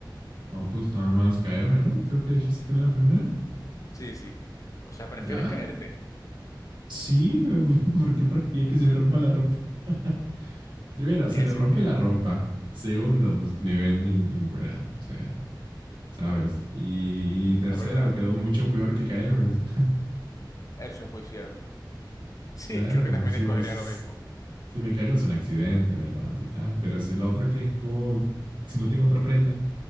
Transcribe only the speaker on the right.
No, pues nada más caerme, ¿no? Creo que dijiste que era la primera.
Ya,
sí, <laughs> porque prefería que se me rompa la ropa. <laughs> Primero,
se me
rompe
la ropa. Segundo, pues me ven en- encuerado, o sea, ¿sabes? Y, y tercero,
quedó mucho peor que caerme. <laughs>
Claro,
si
me,
Si me caigo es un accidente, me levanto y tal, pero si el otro qué, ¿cómo voy? si no tengo otra prenda?